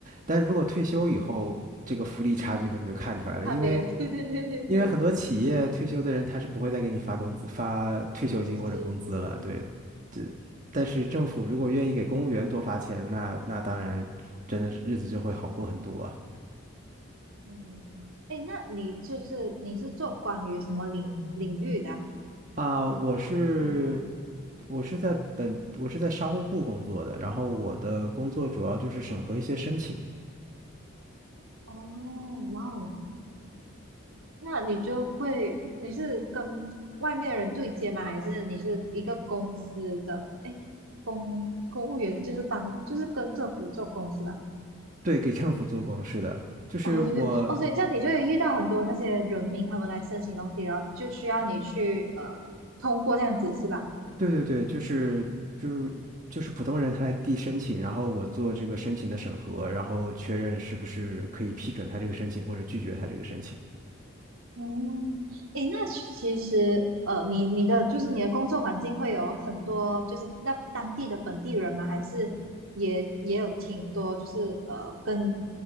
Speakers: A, on the right; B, on the right.
A: 但如果退休以后，
B: 嗯，
A: 这个福利差距可能就看出来了，
B: 差别，
A: 因为
B: <laughs> 对对对对对，
A: 因为很多企业退休的人他是不会再给你发工资、发退休金或者工资了。
B: 是是是，
A: 对，这但是政府如果愿意给公务员多发钱，那那当然真的是日子就会好过很多啊。
B: 嗯，哎，那你就是你是做关于什么领领域的啊
A: 啊，我是
B: 你
A: 我是在本我是在商务部工作的，然后我的工作主要就是审核一些申请，
B: 哦，哇哦，那你就会你是跟外面人对接吗？还是你是一个公司的？哎，公公务员就是当就是跟政府做公司吧？
A: 对，给政府做公示的，就是我，
B: 哦，对对，哦，所以这样你就会遇到很多那些人民他们来申请东西，然后就需要你去呃通过这样子是吧？
A: 对对对，就是就是就是普通人他来递申请，然后我做这个申请的审核，然后确认是不是可以批准他这个申请或者拒绝他这个申请。
B: 嗯，诶，那其实呃，你你的就是你的工作环境会有很多就是那当地的本地人吗？还是也也有挺多就是呃跟